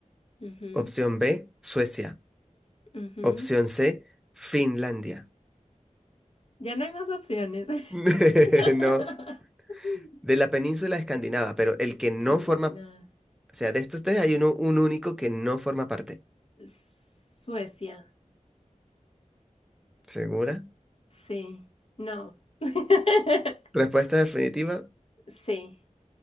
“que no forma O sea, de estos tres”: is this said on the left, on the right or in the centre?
Centre